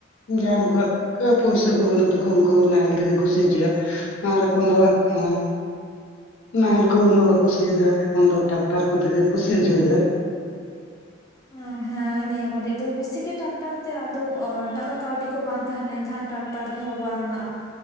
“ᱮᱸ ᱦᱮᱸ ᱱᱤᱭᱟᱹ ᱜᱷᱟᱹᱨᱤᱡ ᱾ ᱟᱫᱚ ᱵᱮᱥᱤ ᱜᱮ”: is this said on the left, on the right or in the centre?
Left